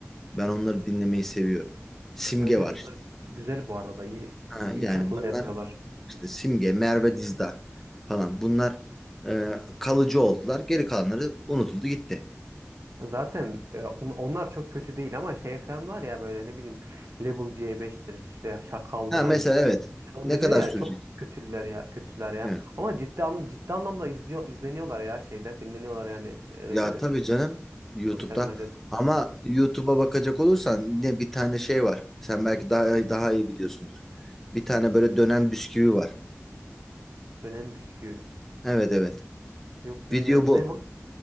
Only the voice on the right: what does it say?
evet
evet onlar
güzel bu arada. İyi,
iyi
şarkılar
yapıyorlar.
Zaten e, on- onlar çok kötü değil ama şey falan var ya böyle ne bileyim Level c beştir işte Şakal'dır
hani
millet onu
dinliyor
ya
çok kötüler ya kötüler ya.
Ama ciddi an, ciddi anlamda izliyor izleniyorlar ya şeyde dinleniyorlar yani e,
sosyal medyada
dönem bisküvi.
Yok bilmiyorum
ne o?